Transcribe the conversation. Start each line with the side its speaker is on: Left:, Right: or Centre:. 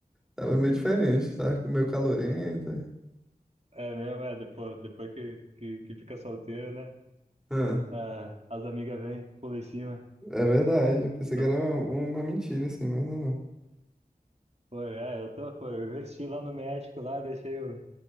Centre: tava meio diferente, tava com meio calorenta.
Right: É mesmo, é, depois, depois que, que, que fica solteira, né?
Centre: Ah,
Right: Ah, as amigas vêm, pula em cima.
Centre: é verdade, eu pensei
Right: Tá-
Centre: que era uma, uma mentira, assim, mas não é não.
Right: Foi, é, eu tô, foi, eu investi lá no México, lá, deixei o